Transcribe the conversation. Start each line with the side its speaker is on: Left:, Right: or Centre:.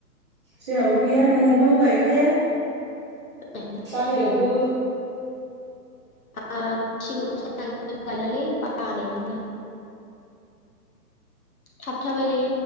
Right: जोहाबो गैया न'आवबो गायखाया।
Left: <unintelligible>
Right: बाहेरायावबो
Left: <unintelligible> बानाय मोनो। थाब थाबायलै।